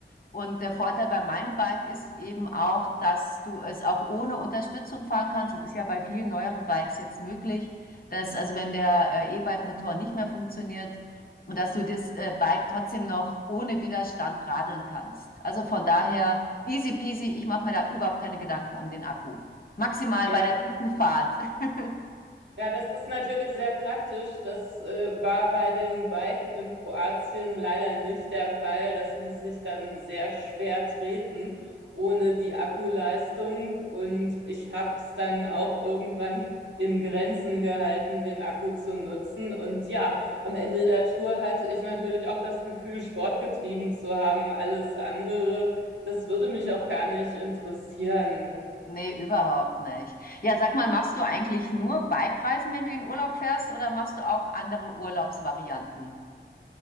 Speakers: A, on the left; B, on the right.
A: Und der Vorteil bei meinem Bike ist eben auch, dass du es auch ohne Unterstützung fahren kannst. Das ist ja bei vielen neueren Bikes jetzt möglich, dass also wenn der äh, E-Bike-Motor nicht mehr funktioniert, dass du das äh, Bike trotzdem noch ohne Widerstand radeln kannst. Also von daher easy peasy, ich mache mir da überhaupt keine Gedanken um den Akku. Maximal
B: Ja,
A: bei der Truppenfahrt. <laughs>
B: Ja, das ist natürlich sehr praktisch. Das äh, war bei dem Bike in Kroatien leider nicht der Fall. Das ließ sich dann sehr schwer treten ohne die Akkuleistung. Und ich habe es dann auch irgendwann in Grenzen gehalten, den Akku zu nutzen. Und ja, am Ende der Tour hatte ich natürlich auch das Gefühl, Sport getrieben zu haben. Alles andere, das würde mich auch gar nicht interessieren.
A: Nee, überhaupt nicht. Ja, sag mal, machst du eigentlich nur Bikereisen, wenn du in Urlaub fährst, oder machst du auch andere Urlaubsvarianten?